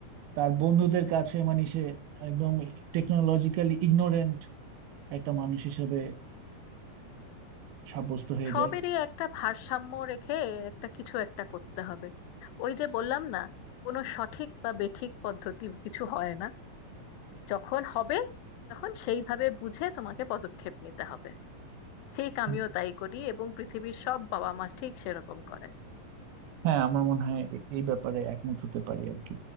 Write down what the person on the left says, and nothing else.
সবেরই
একটা ভারসাম্য রেখে একটা কিছু একটা করতে হবে ওই যে বললাম না কোনো সঠিক বা বেঠিক পদ্ধতি কিছু হয় না যখন হবে তখন সেইভাবে বুঝে তোমাকে পদক্ষেপ নিতে হবে ঠিক আমিও
তাই করি এবং পৃথিবীর সব বাবা মা ঠিক সেরকম করে